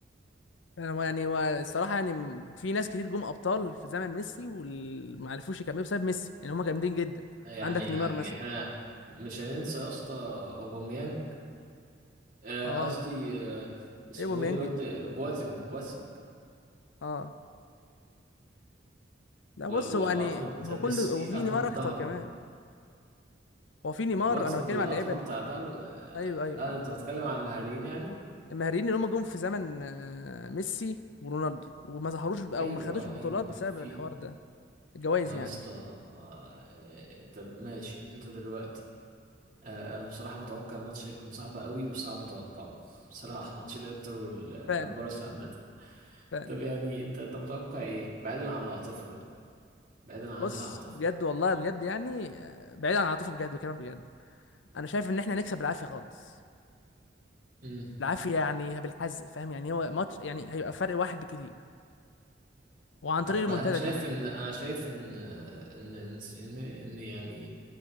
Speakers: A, on the left; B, on the right.
A: انا يعني هو الصراحه يعني م- في ناس كتير جم ابطال في زمن ميسي وما عرفوش يكملوا بسبب ميسي يعني هم جامدين جدا
B: يعني
A: عندك
B: يعني
A: نيمار مثلا
B: احنا مش هننسى يا اسطى اوباميانج آه،
A: اه
B: قصدي آه، اسمه
A: ايه بوميانج
B: ايه الواد بواتنج بواتنج
A: اه لا بص
B: و- و-
A: هو يعني
B: وقطمة
A: هو
B: ميسي
A: كله وفي
B: قطمة
A: نيمار اكتر
B: ظهره
A: كمان هو في نيمار
B: بواتنج
A: انا بتكلم
B: والقطمة
A: على اللعيبه ال-
B: بتاع ظهره آه
A: ايوه ايوه
B: آه،
A: اه
B: آه، انت بتتكلم على المهاريين يعني
A: المهاريين اللي هم جم في زمن آه، ميسي ورونالدو وما ظهروش او
B: ايوه
A: ما خدوش بطولات
B: ايوه
A: بسبب
B: في
A: الحوار ده الجوائز
B: ما
A: يعني
B: يا اسطى آه، طب ماشي انت دلوقتي آه، انا بصراحة متوقع الماتش هيكون صعب قوي وصعب اتوقعه <laughs> بصراحة ماتش الانتر وال-
A: فعلا
B: والبارسا عامة
A: فعلا
B: طب يعني انت انت متوقع ايه بعيدا عن العاطفة بقى بعيدا عن
A: بص
B: العاطفة
A: بجد والله بجد يعني آه، بعيد عن العاطفه بجد بكلامك بجد انا شايف ان احنا هنكسب بالعافيه خالص
B: امم
A: العافيه يعني بالحزق فاهم يعني هو ماتش يعني هيبقى فرق واحد بكتير وعن طريق
B: انا بقى
A: المنتدى
B: انا شايف
A: كمان
B: ان انا شايف ان ان ان ان, إن يعني